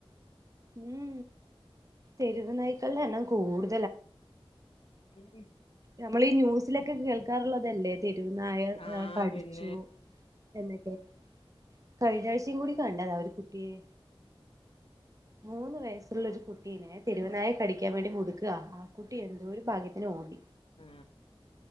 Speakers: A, on the right; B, on the left.
A: മ് തെരുവ് നായ്ക്കൾടെ ണ്ണം കൂടു
B: മ്
A: നമ്മളീ ന്യൂസിലൊക്കെ കേൾക്കാറുള്ളതല്ലേ തെരുവനായ
B: ആഹ്
A: കടിച്ചു
B: പിന്നെ
A: എന്നൊക്കെ കഴിഞ്ഞ ആഴ്ച്ചീ കൂടി കണ്ടതാ ഒരു കുട്ടിയെ മൂന്ന് വയസ്സുള്ളരു കുട്ടീനെ തെരുവനായ കടിക്കാൻ വേണ്ടി മുട്ക്ക ആ കുട്ടി എന്തോ രു ഭാഗ്യത്തിന് ഓടി
B: ആ